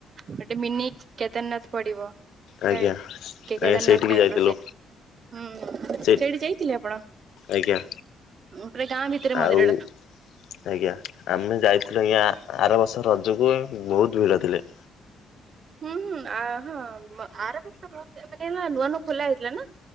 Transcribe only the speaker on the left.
ଆଜ୍ଞା
ଆଜ୍ଞା
ସେଇଠିକି
ଯାଇଥିଲୁ
ସେ
ଆଜ୍ଞା।
ଆଉ ଆଜ୍ଞା ଆମେ ଯାଇଥିଲୁ ଆଜ୍ଞା ଆର ବର୍ଷ ରଜକୁ ବହୁତ ଭିଡ଼ ଥିଲେ।